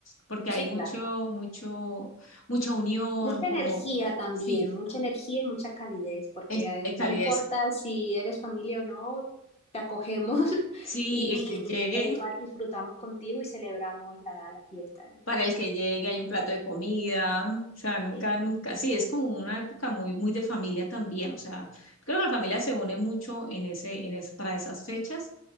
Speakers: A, on the left (about 70°); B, on the left (about 30°).
A: porque
B: Sí,
A: hay mucho,
B: claro.
A: mucho, mucha unión,
B: Mucha
A: como,
B: energía también,
A: sí,
B: mucha energía y mucha calidez, porque
A: el,
B: eh,
A: el calidez.
B: no importa si eres familia o no, te acogemos <laughs>
A: Sí,
B: y
A: el que llegue,
B: e igual disfrutamos contigo y celebramos la, la fiesta. Y
A: para
B: bueno,
A: el que llegue hay un plato de comida, o sea, nunca,
B: sí,
A: nunca, sí, es como una época muy, muy de familia también, o sea, creo que la familia se une mucho en ese, en es- para esas fechas,